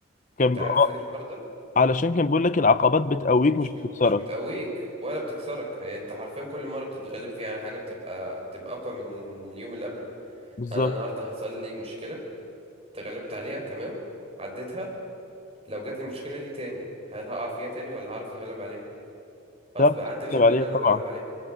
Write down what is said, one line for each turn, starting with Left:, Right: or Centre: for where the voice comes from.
Left: كان
Right: انت عارف
Left: ب... آه،
Right: ليه الحوار ده
Left: علشان كان بيقول لك العقبات بتقويك
Right: مش
Left: مش بتكسرك
Right: بت... مش بتقويك ولا بتكسرك هي انت حرفيا كل مرة بتتغلب فيها على حاجة بتبقى بتبقى اقوى من اليوم اللي قبله
Left: بالظبط
Right: يعني انا النهاردة حصل لي مشكلة اتغلبت عليها تمام عديتها لو جات لي المشكله دي تاني هل هقع فيها تاني ولا هعرف اتغلب عليها خلاص
Left: ده
Right: بقى عندي
Left: بتتكلم
Right: الخبره
Left: عليها
Right: ان انا
Left: طبعا
Right: اتغلب عليها